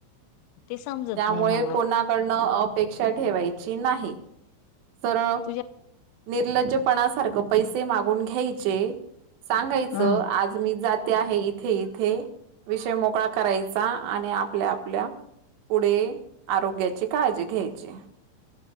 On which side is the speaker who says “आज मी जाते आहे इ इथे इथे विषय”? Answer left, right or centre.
Right